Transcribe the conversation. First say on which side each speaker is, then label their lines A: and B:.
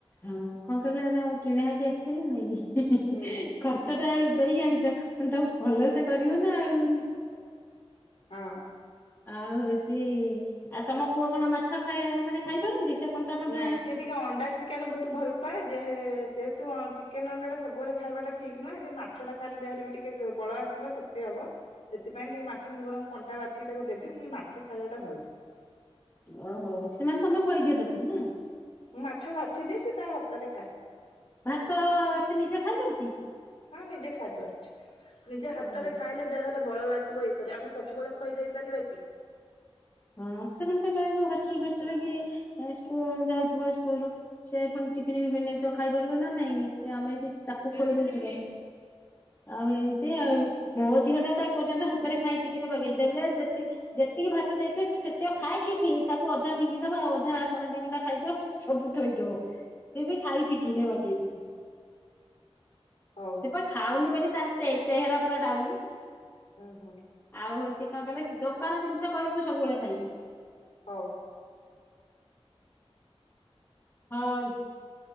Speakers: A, on the left; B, on the left.
A: ହଁ କଣ କହିଲ ହେରା କିଣା ହେଇକି ଆସଚି ନା ନାଇଁ?
B: ହୁଁ
A: ଖର୍ଚ୍ଚ ଟା ଦେଇ ଆଣିଚ ପୁଣି ତାକୁ ଭଲ ସେ କରିବ ନା ଆଉ।
B: ହଁ।
A: ଆଉ ହଉଚି ଆଉ ତମ ପୁଅ କଣ ମାଛ ଖାଇ ମାନେ ଖାଇପାରନ୍ତି ସେ? କଣ୍ଟା ଫଣ୍ଟା
B: ନାଇଁ ସେ ଟିକେ ଅଣ୍ଡା ଚି ଚିକେନ୍ ବହୁତ୍ ଭଲ ପାଏ ଯେହେ ଯେହେତୁ ଚିକେନ୍ ଅଣ୍ଡା ଟା ସବୁବେଳେ ଖାଇବାଟା ଠିକ୍ ନୁହେଁ <unintelligible> ମା ମାଛ ଟା ଖାଇଲେ ଦେହରେ ବି ଟିକେ ବଳ ଆସିବ ଶକ୍ତି ହବ। ସେଥିପାଇଁ ଟିକେ ମାଛ ମୁଁ ବରଂ କଣ୍ଟା ବାଛିକି ତାକୁ ଦେବି <unintelligible> ମାଛ ଖାଇବା ଟା ଭଲ।
A: ଓହୋ ସେମାନେ ତମେ ଖୋଇଦିଅ ତାକୁ ନା?
B: ମୁଁ ମାଛ ବାଛି ଦିଏ ସେ ତା ହାତରେ ଖାଏ।
A: ଭାତ ସେ ନିଜେ ଖାଇ ପାରୁଚି?
B: ହଁ ନିଜେ ଖାଇ ପାରୁଚି। ନିଜ ହାତରେ
A: ଓହୋ
B: ଖାଇଲେ ଦେହରେ ବଳ ଲାଗିବ ଇଏକରି ଆମେ ସବୁବେଳେ ଖୁଆଇ ଦେଇ ପାରିବା କି।
A: ହଁ ସେ କଣ କହିଲ ଯୋଉ ହଷ୍ଟେଲ୍ ଫଷ୍ଟେଲ୍ କି ସ୍କୁ ଯାଉଥିବ ସ୍କୁଲ୍। ସେ ପୁଣି ଟିଫିନ ଫିପିନି ନେଇଥିବ ଖାଇପାରିବ ନା ନାଇଁ ସେ ଆମେ ଯେ ତାକୁ ଖୋଇ ଦଉଚେ ପୁଣି। ଆଉ ଏମିତି ଆଉ ମୋ ଝିଅ ଟା ତ ଏପର୍ଯ୍ୟନ୍ତ ହାତରେ ଖାଇ ସିଖିନି ବଗେଇ ଦେଲେ ଯେତି ଯେତିକି ଭାତ ଦେଇଥିବ ସେ ସେତିକ ଖାଇକି ଫିଂ ତାକୁ ଅଧା ଫିଙ୍ଗିଦବ ଆଉ ଅଧା କଣ ଦି ଗୁଣ୍ଡା ଖାଇଥିବ। ସବୁ ଥୋଇଦବ ସିଏ ବି ଖାଇ ଶି ଖିନି ବାଗେଇକି
B: ହଉ
A: ସେପା ଖାଉନି ବୋଲି ତାର ଚେ-ଚେହେରା ପୁରା ଡାଉନୁ।
B: ହୁଁ ହୁଁ।
A: ଆଉ ହଉଚି କଣ କହିଲ ଦୋକାନ ଜିନିଷ କହିବ ମୁଁ ସବୁବେଳେ ଖାଇମି।
B: ହଉ।
A: ହଉ